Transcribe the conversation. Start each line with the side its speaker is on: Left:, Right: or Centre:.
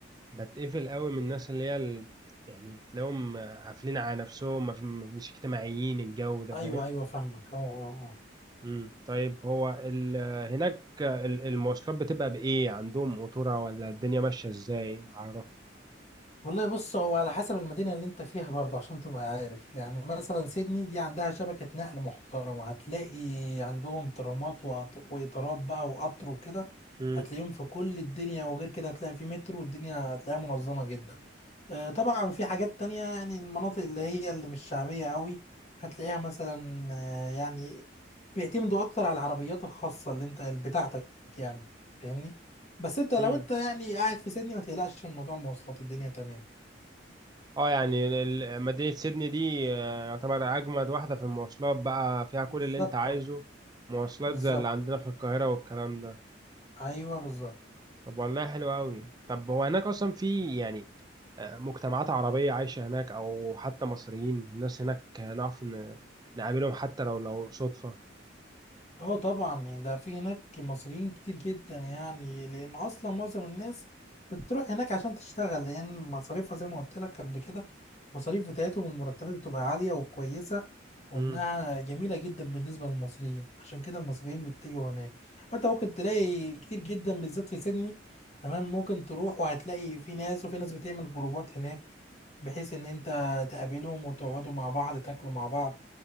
Right: بتقفل قوي من الناس اللي هي ال... يعني بتلاقيهم آه، قافلين على نفسهم ما في- ما- مش اجتماعيين الجو ده
Left: ايوه
Right: فاهم
Left: ايوه فاهمك اه اه اه
Right: امم طيب هو ال... هناك ال- المواصلات بتبقى بإيه عندهم قطورة ولا الدنيا ماشية إزاي عرف
Left: والله بص هو على حسب المدينة اللي انت فيها برضو عشان تبقى عارف يعني مثلا سيدني دي عندها شبكة نقل محترمة هتلاقي عندهم ترامات وقط- وقطارات بقى وقطر وكده
Right: امم
Left: هتلاقيهم في كل الدنيا وغير كده هتلاقي في مترو والدنيا هتلاقيها منظمة جدا آه، طبعا في حاجات تانية يعني المناطق اللي هي اللي مش شعبية قوي هتلاقيها مثلا آه، يعني بيعتمدوا أكتر على العربيات الخاصة اللي أنت بتاعتك يعني فاهمني بس أنت لو
Right: امم
Left: أنت يعني قاعد في سيدني ما تقلقش من موضوع المواصلات الدنيا تمام
Right: اه يعني ال- ال- مدينة سيدني دي آه، يعتبر أجمد واحدة في المواصلات بقى فيها كل
Left: بالظبط
Right: اللي أنت عايزه
Left: آه،
Right: مواصلات
Left: بالظبط
Right: زي اللي عندنا في القاهرة والكلام ده
Left: أيوه بالظبط
Right: طب والله حلو أوي طب هو هناك أصلا في يعني آه، مجتمعات عربية عايشة هناك أو حتى مصريين الناس هناك نعرف ن- نقابلهم حتى لو لو صدفة
Left: اه طبعا يعني ده في هناك مصريين كتير جدا يعني لان اصلا معظم الناس بتروح هناك عشان تشتغل لان مصاريفها زي ما قلت لك قبل كده المصاريف بتاعتهم والمرتبات بتبقى عالية وكويسة وانها
Right: امم
Left: جميلة جدا بالنسبة للمصريين عشان كده المصريين بيتجهوا هناك انت ممكن تلاقي كتير جدا بالذات في سيدني تمام ممكن تروح وهتلاقي في ناس وفي ناس بتعمل جروبات هناك بحيث ان انت تقابلهم وتقعدوا مع بعض تاكلوا مع بعض